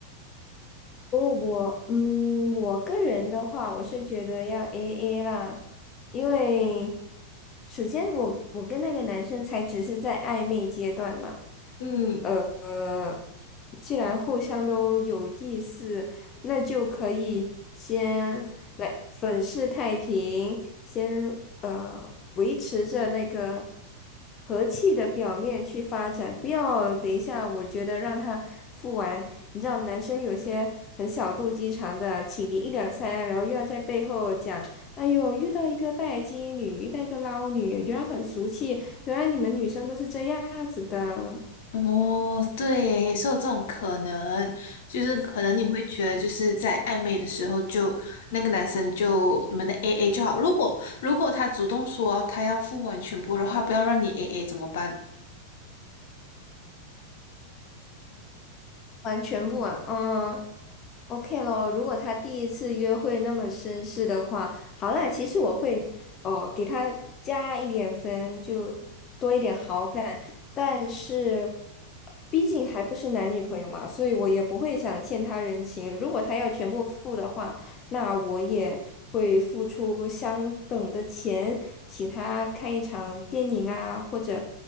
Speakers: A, on the left; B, on the left.
A: 我我嗯，我个人的话，我是觉得要 AA 啦，因为首先我我跟那个男生才只是在暧昧阶段嘛，
B: 嗯。
A: 呃，呃既然互相都有意思，那就可以先来粉饰太平，先呃维持着那个和气的表面去发展，不要等一下，我觉得让他。付完。你知道男生有些很小肚鸡肠的，请你一两餐，然后又要在背后讲，哎呦，遇到一个拜金女，遇到一个捞女，原来很俗气，原来你们女生都是这样子的。
B: 哦，对耶也是有这种可能，就是可能你会觉得，就是在暧昧的时候就，那个男生就你们的 AA 就好。如果如果他主动说他要付完全部的话，不要让你 AA 怎么办？
A: 完全不啊，嗯，OK 咯。如果他第一次约会那么绅士的话，好啦，其实我会哦给他加一点分，就多一点好感。但是，毕竟还不是男女朋友嘛，所以我也不会想欠他人情。如果他要全部付的话，那我也会付出相等的钱，请他看一场电影啊，或者